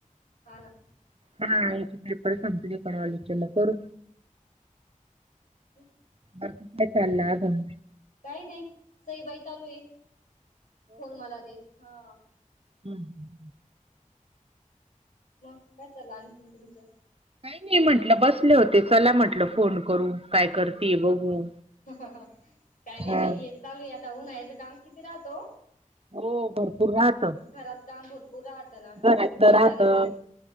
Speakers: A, on the left; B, on the right.
A: हा ना
B: हा यांचे पेपर संपले परवा दिवशीच्याला करू
A: ह.
B: अजून काय चाल अजून.
A: काही नाही सई बाई चालू आहे फोन मला दे हा
B: हम
A: मग काय चालल आणखीन तुमच
B: काही नाही म्हटलं बसले होते चला म्हटलं फोन करू काय करतेय बघू
A: काही नाही
B: हा
A: बाई हेच चालूय आता उन्हाळ्याचे काम किती राहत ओ
B: हो भरपूर राहत
A: घरात काम भरपूर राहत ना
B: घरातलं
A: एक
B: राहत.
A: झालं की एक